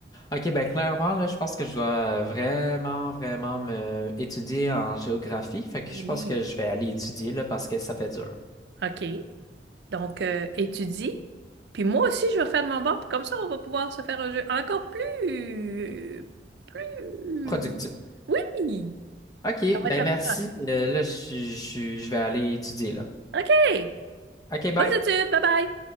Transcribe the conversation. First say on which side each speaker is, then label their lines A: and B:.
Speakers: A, on the left; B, on the right.
A: Ok, ben clairement, là, je pense que je dois vraiment, vraiment me étudier en géographie. Fait que
B: Oui.
A: je pense que je vais aller étudier, là, parce que ça fait dur.
B: OK. Donc, euh, étudie. Puis moi aussi, je vais faire de mon bord. Puis comme ça, on va pouvoir se faire un jeu encore plus... Plus...
A: Productif.
B: Oui!
A: OK,
B: Ça va
A: ben
B: être la
A: merci.
B: fun.
A: Euh, là, je, je, je vais aller étudier là.
B: OK!
A: OK, bye.
B: Bonnes études! Bye bye!